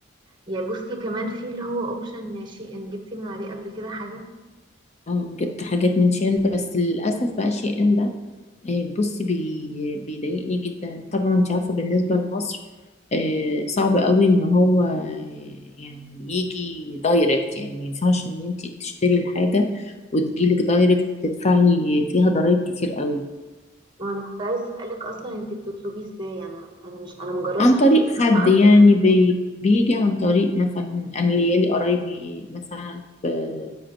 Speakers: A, on the right; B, on the left.
A: يا بصي كمان في اللي هو اوبشن شي ان جبتي من عليه قبل كده حاجة
B: اه جبت حاجات من شين بس للأسف بقى شي ان ده آه، بصي بي... بيضايقني جدا طبعا انت عارفه بالنسبه لمصر آه، صعب قوي ان هو آه، يعني يجي دايركت يعني ما ينفعش ان انت تشتري الحاجه وتجيلك دايركت تدفعي فيها ضرائب كتير قوي
A: وانا كنت عايزة اسألك اصلا انتي بتطلبيه ازاي انا انا مش انا مجربتش
B: عن طريق
A: اطلب
B: حد
A: منه قبل
B: يعني
A: كده
B: بي بيجي عن طريق مثلا انا ليالي قرايبي مثلا في